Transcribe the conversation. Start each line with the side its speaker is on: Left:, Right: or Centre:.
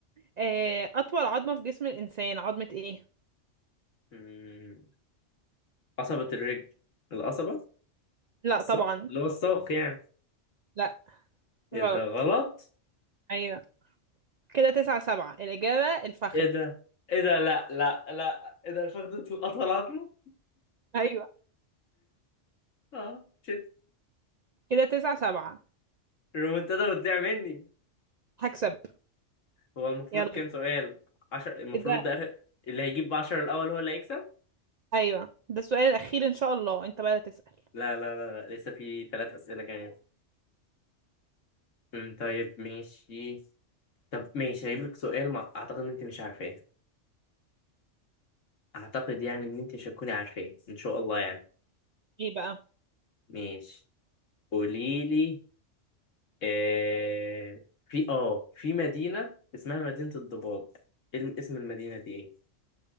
Right: آه، أطول عظمة في جسم الإنسان عظمة إيه؟
Left: مم، قصبة الرجل القصبة
Right: لا
Left: الساق
Right: طبعا
Left: اللي هو الساق يعني
Right: لا
Left: ايه
Right: غلط
Left: ده غلط
Right: أيوة كده تسعة سبعة الإجابة الفخذ
Left: ايه ده ايه ده لا لا لا ايه ده الفخذ اطول عظمه
Right: أيوة
Left: اه شت
Right: كده تسعة سبعة
Left: الرومنتادا بتضيع مني
Right: هكسب
Left: هو المفروض
Right: يلا
Left: كام سؤال عشر المفروض
Right: كده
Left: ده آخر- اللي هيجيب 10 الاول هو اللي هيكسب
Right: أيوة ده السؤال الأخير إن شاء الله أنت بقى تسأل
Left: لا لا لا, لا. لسه في ثلاث اسئله كمان أمم، طيب ماشي طب ماشي هجيب لك سؤال ما اعتقد ان انت مش عارفاه اعتقد يعني ان انت مش هتكوني عارفاه ان شاء الله يعني
Right: إيه بقى؟
Left: ماشي قولي لي آه في اه في مدينة اسمها مدينة الضباب إيه الم- اسم المدينة دي ايه